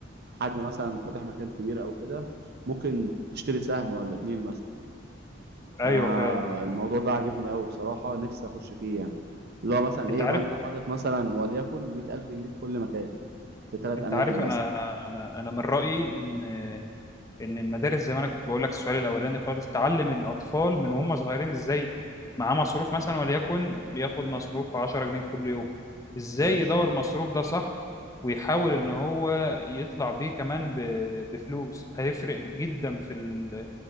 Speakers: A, on the right (about 55°); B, on the left (about 15°).
A: حد مثلا فاتح مكان كبير او كده ممكن تشتري سهم ولا اتنين مثلا
B: أيوه
A: فانا
B: فعلا
A: الموضوع ده عاجبني قوي بصراحه نفسي اخش فيه يعني اللي هو مثلا
B: أنت
A: ايه يبقى
B: عارف
A: انت
B: اه
A: حاطط مثلا وليكن 100000 جنيه في كل مكان في ثلاث
B: أنت
A: اماكن
B: عارف
A: مثلا
B: أنا أنا أنا أنا من رأيي إن ان المدارس زي ما انا كنت بقول لك السؤال الاولاني خالص تعلم الاطفال من وهم صغيرين ازاي معاه مصروف مثلا وليكن بياخد مصروف 10 جنيه كل يوم ازاي
A: ماشي
B: يدور مصروف ده صح ويحاول ان هو يطلع بيه كمان ب- بفلوس هيفرق جدا في ال...